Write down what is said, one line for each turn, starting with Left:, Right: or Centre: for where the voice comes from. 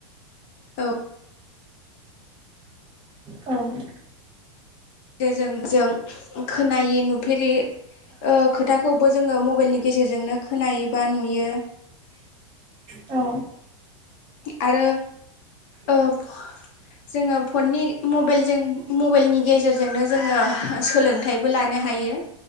Left: औ
Right: औ औ
Left: जो जों जों खोनायि नुफेरि ओ खोथाखौबो जोङो मबाइलनि गेजेरजोंनो खोनायो बा नुयो।
Right: औ
Left: आरो ओब जोङो फननि मबाइलजों मबाइलनि गेजेरजोंनो जोङो सोलोंथाइबो लानो हायो